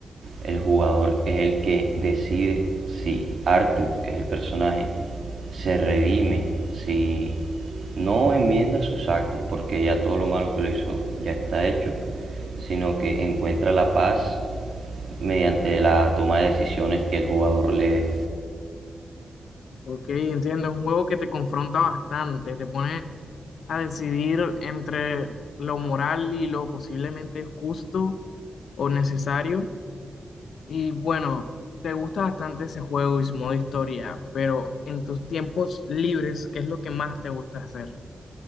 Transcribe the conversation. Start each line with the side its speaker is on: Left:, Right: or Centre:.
Right: El jugador es el que decide si Arthur, que es el personaje, se redime, si no enmienda sus actos, porque ya todo lo malo que lo hizo ya está hecho, sino que encuentra la paz mediante la toma de decisiones que el jugador le,
Left: Ok, entiendo. Es un juego que te confronta bastante, te pone a decidir entre lo moral y lo posiblemente justo o necesario. Y bueno, te gusta bastante ese juego y su modo historia, pero en tus tiempos libres, ¿qué es lo que más te gusta hacer?